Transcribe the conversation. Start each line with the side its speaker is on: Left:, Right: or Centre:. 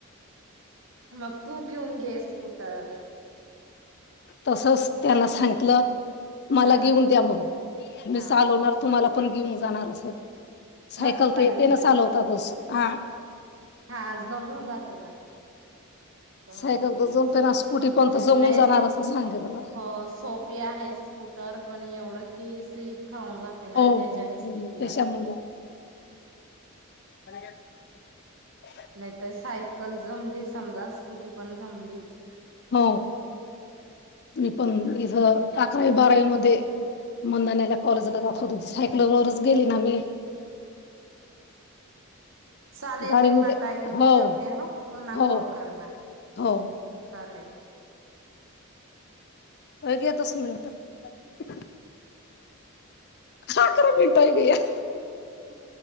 Right: मग तू घेऊन घे स्कूटर
Left: तसच त्यांना सांगितलं मला
Right: हा
Left: घेऊन द्या मग मी
Right: हा
Left: चालवणार तुम्हाला आपण घेऊन जाणार असं सायकल
Right: असं सांगितलं
Left: तर येते ना चालवतातच
Right: का
Left: हा
Right: हा जमून जाते ना तर ब
Left: सायकल तर
Right: वेग
Left: जमते ना स्कुटी पण तर जमून
Right: नाही
Left: जाणार असं सांगितलं
Right: हो सोपी आहे स्कूटर पण एवढं की, स्लीप. खाऊन जाते ना
Left: हो
Right: त्याच्यानेच भीती
Left: त्याच्यामुळ.
Right: वाटते.
Left: त्याक <unintelligible>
Right: नाहीतर सायकल जमली, समजा स्कुटी पण जमलीच.
Left: हो मी पण इथ अकरावी बारावी मध्ये, मंदण्याला कॉलेजला जात होती. सायकलवरच गेली ना मी.
Right: चालेल
Left: गाडीमध्ये
Right: रीम ताई मी
Left: हो,
Right: ठेवते ह, पुन्हा
Left: हो,
Right: कॉल करणार
Left: हो.
Right: चालेल.
Left: काय घेतोस. मिनटत. हखरा बीलटय गय <unintelligible>
Right: ह